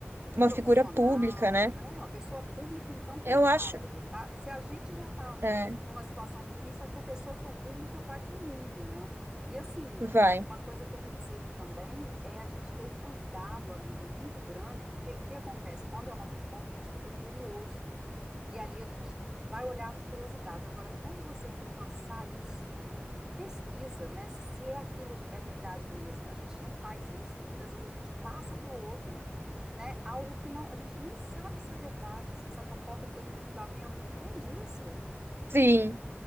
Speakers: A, on the right (about 60°); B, on the right (about 15°).
A: uma
B: profissional,
A: figura pública, né?
B: né? Uma pessoa pública, então, coitada,
A: Eu acho.
B: tá? Se a gente já está
A: É,
B: numa situação difícil, é que a pessoa que é pública vai para o mundo, né? E assim,
A: vai.
B: é uma coisa que eu percebo também é a gente ter o cuidado, amiga, muito grande, porque o que acontece? Quando é uma fofoca, a gente fica curioso. E ali a gente vai olhar de curiosidade. Agora, quando você for passar isso, pesquisa, né? Se é aquilo é verdade mesmo. A gente não faz isso. Muitas vezes a gente passa para o outro, né? Algo que não, a gente nem sabe se é verdade, se essa fofoca tem fundamento, entende isso?
A: Sim.